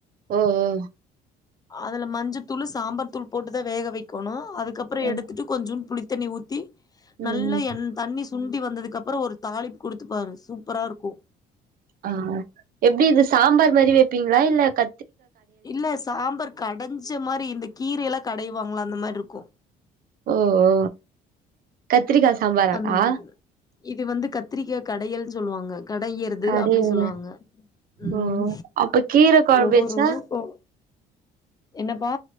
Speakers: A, on the right (about 60°); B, on the left (about 20°).
A: ஓ ஓ
B: அதுல மஞ்ச தூளு சாம்பார் தூள் போட்டுதா வேக வெக்கோணு அதுக் கப்பறோ
A: ம்
B: எடுத்துட்டு கொஞ்சோன் புளித் தண்ணி ஊத்தி
A: ம்
B: நல்லா
A: ம்
B: எண் தண்ணி சுண்டி வந்ததுக்கப்பறோ ஒரு தாளிப் குடுத்துப்பாரு சூப்பரா இருக்கு
A: ஆஹ் எப்டி இது சாம்பார் மாரி வெப்பீங்ளா இல்ல க
B: இல்ல சாம்பார் கடஞ்ச மாரி இந்த கீரைல்லா கடைவாங்ல அந்த மார்ருக்கு
A: ஓ ஓ க த்திரிக்கா சாம்பாராக்கா
B: அந்த மாரி இது வந்து கத்திரிக்கா கடையல்ஞ்சொல்லுவாங்க கடையிறது
A: அடேங்க
B: அப்டி சொல்லுவாங்க உம்
A: ஓ அப்ப கீர கொழம்பு
B: ஒவ்வொரு
A: வச்சா
B: <unintelligible> என்னப்பா